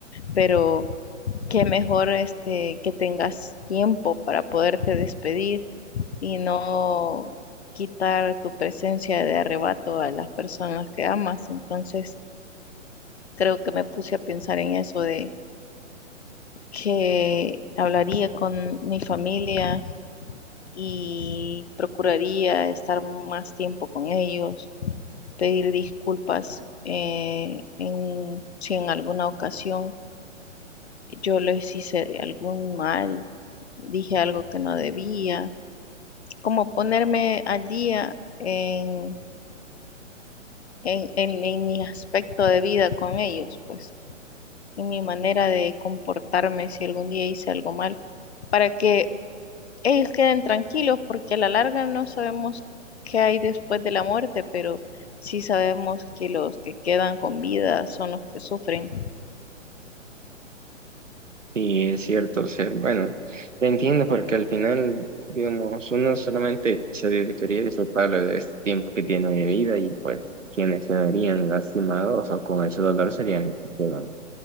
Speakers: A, on the left (about 55°); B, on the right (about 75°).
A: pero que mejor este, que tengas tiempo para poderte despedir y no quitar tu presencia de arrebato a las personas que amas. Entonces, creo que me puse a pensar en eso de que hablaría con mi familia y procuraría estar más tiempo con ellos, pedir disculpas eh, en, si en alguna ocasión yo les hice algún mal, dije algo que no debía, como ponerme al día en, en, en- en mi aspecto de vida con ellos, pues, en mi manera de comportarme si algún día hice algo mal, para que ellos queden tranquilos, porque a la larga no sabemos qué hay después de la muerte, pero sí sabemos que los que quedan con vida son los que sufren.
B: Y es cierto, o sea, bueno, te entiendo porque al final, digamos, uno solamente se dedicaría a disfrutar de este tiempo que tiene de vida y pues quienes se verían lastimados o con ese dolor serían los que quedan